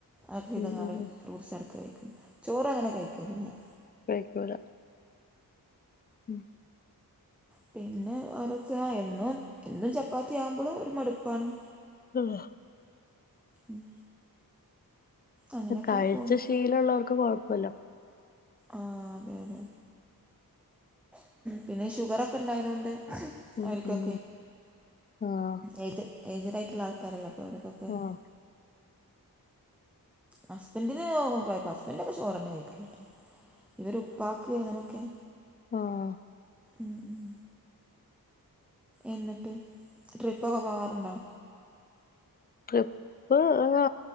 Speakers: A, in the centre; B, on the left.
A: ആഹ ഇതുങ്ങനെ
B: ഉം ഉം ഉം
A: ഫ്രൂട്ട്സ് എടുക്ക കഴിക്കും. ചോറ് അങ്ങനെ കഴിക്കലില്ലാ.
B: വൈക്കൂല ഉം
A: പിന്നെ ഒരച്ച എന്നും എന്നും ചപ്പാത്തിയാവുമ്പളും ഒരു മടുപ്പാണ്
B: ആഹ
A: ഉം അങ്ങനെയൊക്കെ
B: കഴിച്ച്
A: പോണു
B: ശീലള്ളോർക്ക് കൊഴപ്പല്ല
A: ആഹാ അതെ അതെ പിന്നെ ഈ ഷുഗറൊക്കെ ഇണ്ടായതോണ്ട്
B: ഉം
A: അവര്കൊക്കെ
B: ഉം ആഹ്
A: എയ്ജ് ഏയ്ജഡായിട്ട്ള്ള ആൾക്കാരല്ലേ അപ്പ അവര്ക്കൊക്കെ
B: ആഹ്
A: ഹസ്ബൻഡ്ന് കൊഴപ്പാ ഹസ്ബൻഡൊക്കെ ചോറൊക്കെ കഴിക്കേണ്ട്ട്ടോ ഇവര് പ്പാക്ക് അങ്ങനക്കെ
B: ആഹ
A: ഉം ഉം എന്ന്ട്ട് ട്രിപ്പൊക്കെ പോവാറ്ണ്ടോ?
B: ട്രിപ്പ് ഹാ